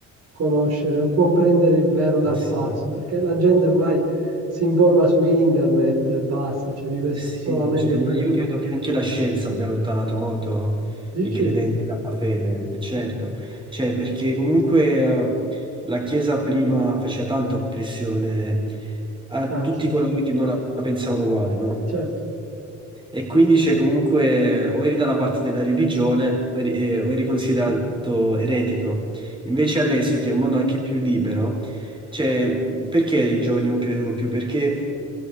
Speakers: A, on the right; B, on the right.
A: conoscere o comprendere il vero dal falso,
B: Sì.
A: perché la gente ormai si informa su internet e basta, cioè vive
B: Eh
A: s-
B: Sì,
A: solamente
B: cioè,
A: di
B: ma
A: quello.
B: io credo che anche la scienza abbia allontanato molto
A: Dici?
B: i credenti dalla fede, e certo, cioè, perché comunque eh, la Chiesa prima faceva tanta oppressione a
A: Ah,
B: tutti
A: sì,
B: coloro che non la pensavano uguale, no?
A: certo,
B: E quindi c'è comunque o eri dalla parte della religione o eri, eh, o eri considerato eretico. Invece adesso che è un mondo anche più libero, cioè, perché i giovani non credono più? Perché